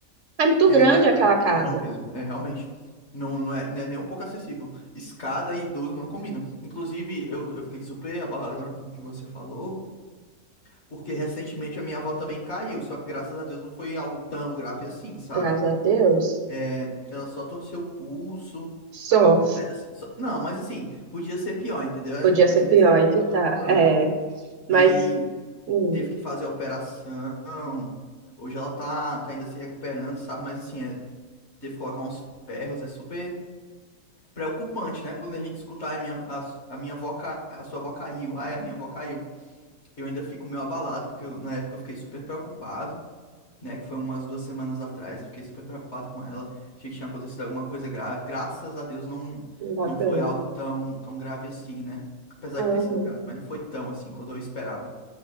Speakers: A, on the right; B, on the left.
A: É muito
B: É,
A: grande
B: não é.
A: aquela
B: Não,
A: casa.
B: não mesmo, é realmente. Não, não é, não é nem um pouco acessível. Escada e idoso não combinam. Inclusive, eu, eu fiquei super abalado agora com o que você falou, porque recentemente a minha avó também caiu, só que graças a Deus não foi algo tão grave assim, sabe?
A: Graças a Deus.
B: É, ela só torceu o pulso.
A: Só.
B: Mas, assim, só- não, mas assim, podia ser pior, entendeu? É,
A: Podia
B: é
A: ser
B: nesse
A: pior,
B: sentido
A: aí que
B: que eu
A: tá.
B: tô falando.
A: É, mas
B: E
A: hum,
B: teve que fazer a operação. Hoje ela tá, tá ainda se recuperando, sabe? Mas assim, é- teve que colocar uns ferros, é super preocupante, né? Quando a gente escutar a minha, a, a minha avó, ca- a sua avó caiu, ai, a minha avó caiu. Eu ainda fico meio abalado, porque eu- na época eu fiquei super preocupado. né? Que foi umas duas semanas atrás. Eu fiquei super preocupado com ela. Achei que tinha acontecido alguma coisa grave. Graças a Deus não,
A: não dá
B: não
A: bem.
B: foi algo tão, tão grave assim, né? Apesar
A: Uhum.
B: de ter sido grave, mas não foi tão assim quando eu esperava.